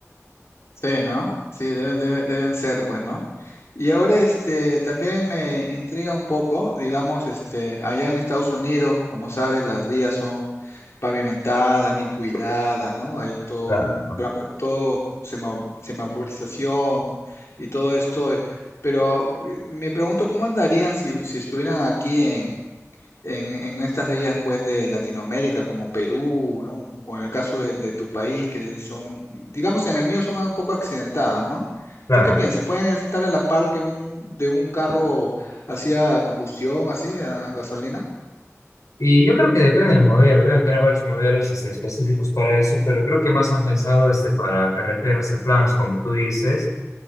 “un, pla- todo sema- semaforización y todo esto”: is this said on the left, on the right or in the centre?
Left